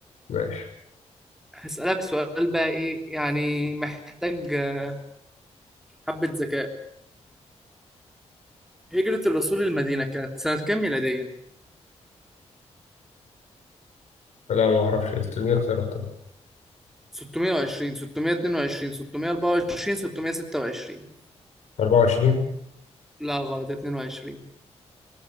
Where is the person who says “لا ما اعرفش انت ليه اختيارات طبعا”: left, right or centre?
Left